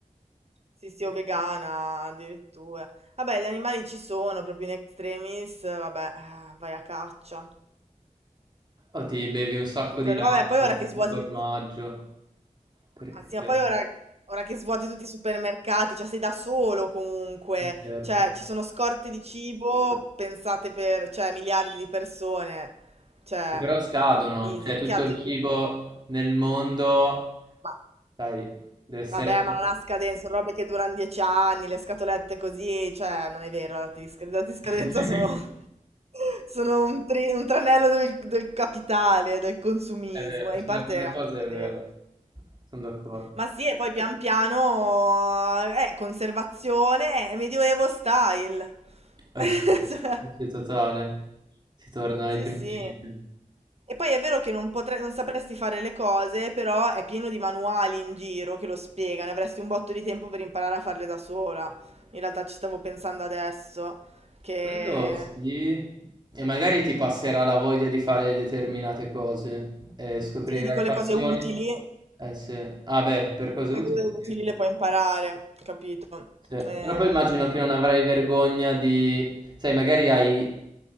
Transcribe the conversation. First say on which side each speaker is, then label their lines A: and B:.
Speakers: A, on the right; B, on the right.
A: Sì, sì, o vegana addirittura. Vabbè, gli animali ci sono proprio in extremis, vabbè, eh, vai a caccia.
B: O ti bevi un sacco
A: Quello,
B: di latte,
A: vabbè, poi ora che
B: di
A: svuoti...
B: formaggio, perché
A: Anzi, ma poi ora, ora che svuoti tutti i supermercati, cioè sei da solo comunque,
B: eh, certo.
A: cioè ci sono scorte di cibo pensate per, cioè, miliardi di persone, cioè,
B: Che Però scadono,
A: easy.
B: cioè tutto
A: Chiaro,
B: il
A: ti...
B: cibo nel mondo,
A: ma
B: sai, deve essere...
A: Vabbè, ma non ha scadenza, sono robe che durano dieci anni, le scatolette così, cioè, non è vero, la data di, sc- le date di scadenza
B: <laughs>
A: sono, <laughs> sono un, tri- un tranello del, del capitale, del consumismo,
B: È vero,
A: e
B: su
A: in parte
B: alcune
A: è anche
B: cose è vero,
A: vero.
B: sono d'accordo.
A: Ma sì, e poi pian piano, eh, conservazione, eh, medioevo style.
B: Eh
A: <laughs>
B: sì,
A: Cioè.
B: sì, sì, totale, si torna ai
A: Sì,
B: principi.
A: sì. E poi è vero che non potre- non sapresti fare le cose, però è pieno di manuali in giro che lo spiegano, avresti un botto di tempo per imparare a farle da sola. In realtà ci stavo pensando adesso, che
B: Quello sì, e magari ti passerà la voglia di fare determinate cose e scoprirai
A: sì, dico le
B: passioni.
A: cose utili,
B: Eh sì, ah beh, per cose
A: le
B: utili
A: cose utili
B: sì.
A: le puoi imparare, capito?
B: Sì,
A: Ehm,
B: Però poi immagino che non avrai vergogna di... Sai, magari hai...